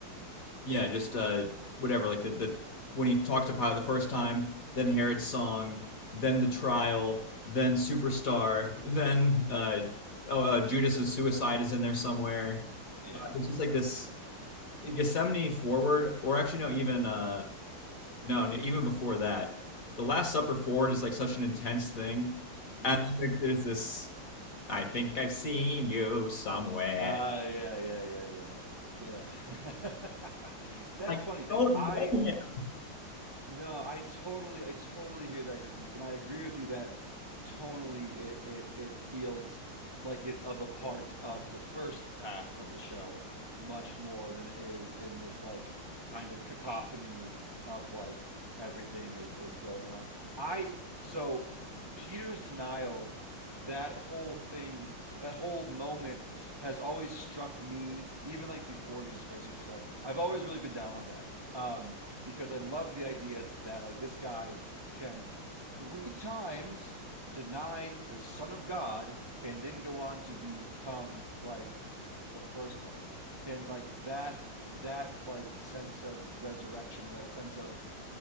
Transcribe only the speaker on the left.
yeah, just uh, whatever, like the, the when he talked to Pilate the first time, then Herod's song, then the trial, then Superstar, <laughs> then uh, oh, uh, Judas's suicide is in there somewhere.
Uh, It's just like this
Gethsemane forward, or actually no, even uh, no, no, even before that, the Last Supper forward is like such an intense thing,
and then there- there's this. I think I've seen you somewhere.
I
don't
know him.